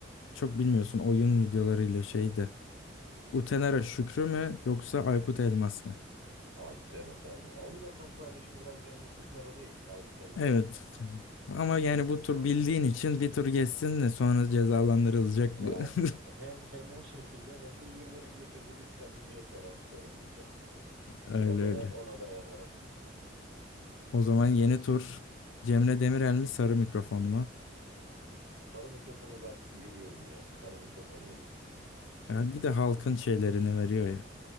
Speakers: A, on the left; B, on the right.
A: çok bilmiyorsun oyun videolarıyla şeyde. Utenera Şükrü mü yoksa Aykut Elmas mı?
B: Aykut Elmas abi. Onun da son paylaşımı biraz canımı sıkmadı değil Aykut Elmas'ın.
A: Evet. Ama yani bu
B: Ama
A: tur bildiğin için bir tur geçsin de sonra cezalandırılacak
B: yani
A: bu. <laughs>
B: hem hem o şekilde hem de yılların getirdiği bir samimiyet var artık aramızda.
A: Öyle
B: Biraz ona
A: öyle.
B: ona dayanarak.
A: O zaman yeni tur Cemre Demirel mi sarı mikrofon mu?
B: Sarı mikrofonu ben gülüyorum ya. Sarı mikrofonu iyidir.
A: Ya bir de halkın şeylerini veriyor ya.